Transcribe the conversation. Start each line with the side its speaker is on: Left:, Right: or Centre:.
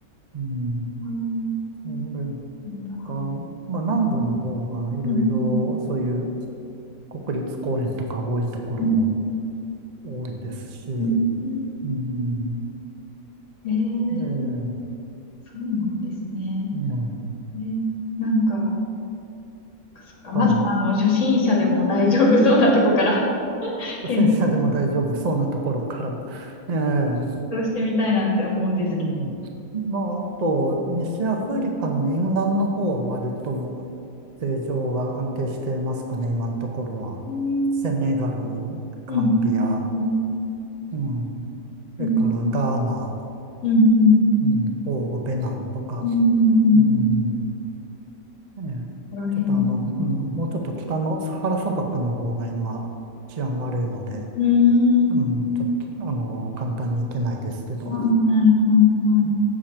Right: うん。
Left: ああ、な
Right: それ
Left: んだ。
Right: か、まあ南部の方がいろいろそういう
Left: うんうん
Right: 国立公園とか多いところも
Left: うん
Right: 多いですし、う
Left: うんうんうん
Right: ん。
Left: ああええあそうなんですねなんだうんうんうんうんう
Right: ええ
Left: そうなんですね。
Right: ね
Left: ね、なんか、そっか、まずあの、
Right: えはい。
Left: 初心者でも大丈夫そうなとこから検
Right: 初心者でも大丈夫そうなところから。ええ
Left: 討してみたいなって思うんですけど。
Right: うん。まあ、あと、西アフリカの沿岸の方は割と、政情が安定してますかね、今のところは。
Left: うん
Right: セネガル、ガンビア、
Left: うんうんうん
Right: うん、それからガーナ、
Left: うんうんう
Right: うん、トーゴ、ベナンとか、
Left: んうんうん。
Right: うん、
Left: こ
Right: ね、
Left: こ辺
Right: ちょっとあの、うん、もうちょっと北のサハラ砂漠の方が今治安悪いので、
Left: うーん。
Right: うん、ちょっとあの、簡単に行けないですけど、
Left: はいはいはいはい。